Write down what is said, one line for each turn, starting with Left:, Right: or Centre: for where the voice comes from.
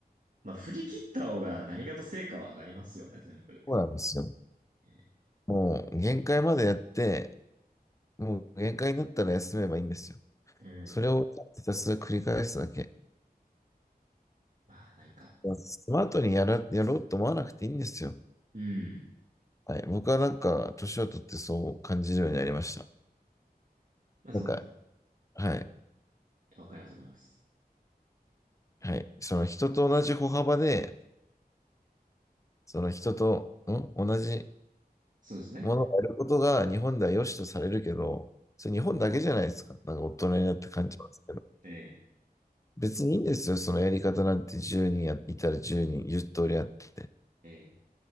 Right: まあ、振り切った方が何かと成果は上がりますよね、全部。
Left: そうなんですよ。
Right: ええ
Left: もう、限界までやって、もう限界になったら休めばいいんですよ。
Right: うん。
Left: それをひたすら繰り返すだけ。
Right: まあ、なんか、
Left: スマートにやら、やろうと思わなくていいんですよ。
Right: うん。
Left: はい。僕はなんか、年を取ってそう感じるようになりました。
Right: まあ、
Left: なんか、
Right: その、
Left: はい。
Right: わかります、わかります。
Left: はい。その人と同じ歩幅でその人と、ん同じ
Right: そうですね。
Left: ものをやることが日本では良しとされるけど、それ日本だけじゃないですか。なんか大人になって感じますけど。
Right: ええ、
Left: 別にいいんですよ。そのやり方なんて10人やいたら10人、言0通りあって
Right: ええ、